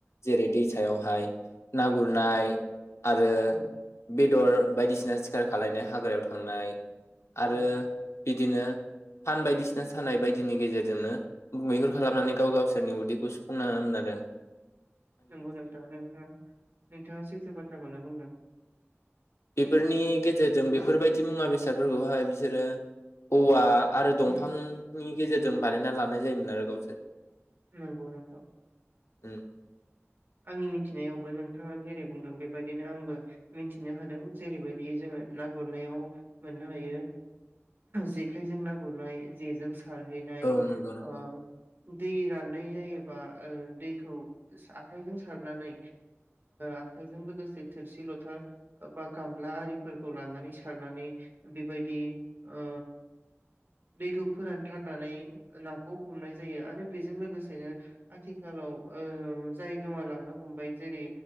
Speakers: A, on the left; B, on the right.
A: जेरै दैसायावहाय ना गुरनाय। आरो
B: औ
A: बे बेदर बायदिसिना सिखार खालायनो हाग्रायाव थांनाय। आरो
B: औ
A: बिदिनो फान बायदिसिना सानाय बायदिनि गेजेरजोंनो मैहुर खालामनानै। गाव गावसोरनि उदैखौ सुफुं <unintelligible>
B: नंगौ नोंथाङा नोंथाङा नोंथाङा सैथो बा थ्राखौनो बुंदों।
A: बेफोरनि
B: ओ
A: गेजेरजों बेफोर बेबायदि मुवा बेसादफोरखौहाय बिसोरो औवा आरो दंफांनि गेजेरजों बानायना लानाय जायोमोन आरो गावसोर।
B: नंगौ नोंथां
A: उम,
B: आंनि मिथिनायाव। नोंथाङा जेरै बुंदों बेबायदिनो आंबो मिथिनो हादों जेरै बायदि जोङो ना गुरनायाव मोननो हायो जेखायजों ना गुरनाय जेजों सार हैनाय
A: औ नंगौ नंगौ
B: ओ दै राननाय जायोबा ओ दैखौ आखाइजों सारनानै आखाइजों लोगोसे थोरसि लथा बा गामला आरिफोरखौ लानानै सारनानै बेबायदि ओ दैखौ फोरानथारनानै नाखौ हमनाय जायो आरो बेजों लोगोसेनो आथिखालाव ओ जाय गोमालांनो हमबाय जेरै